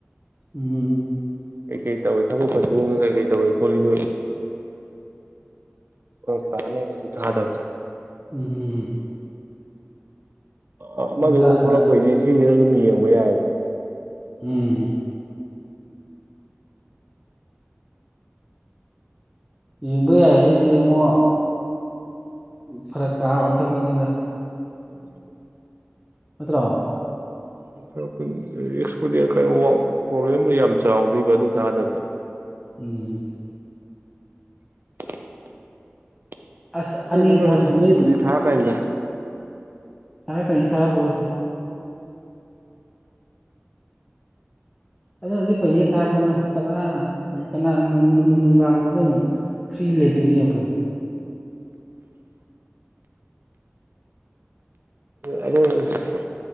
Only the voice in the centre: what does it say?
ꯎꯝ
ꯏꯍꯦ
ꯕꯦꯔꯥ
ꯀꯥꯅꯤ
ꯎꯝ ꯌꯦꯡꯕ ꯌꯥꯏꯌꯦ ꯑꯩꯁꯦ ꯌꯦꯡꯉꯣ ꯐꯔꯛ ꯇꯥꯕ ꯊꯕꯛꯅꯤꯗ
ꯅꯠꯇꯔꯣ
ꯎꯝ
ꯑꯁ ꯑꯅꯤ ꯊꯥ ꯊꯝꯕꯩ
ꯊꯔꯛꯀꯅꯤ ꯊꯔꯛꯄꯥꯕꯨꯗꯤ ꯑꯗꯨꯅꯗꯤ ꯐꯩꯌꯦ ꯊꯥꯔꯛꯄꯗꯨꯅ ꯀꯅꯥ ꯀꯅꯥ ꯅꯨꯡꯗꯥꯡꯗꯁꯨ ꯑꯃꯨꯛ ꯐ꯭ꯔꯤ ꯂꯩꯗꯣꯏꯅꯦ ꯑꯗꯨꯝ